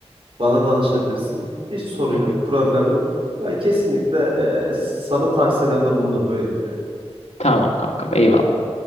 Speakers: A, on the right; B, on the left.
A: bana danışabilirsin. Hiç sorun
B: <laughs>
A: yok, problem yok. Ya kesinlikle e, sana tavsiyelerde bulunurum öyle diyeyim yani.
B: Tamam kankam eyvallah.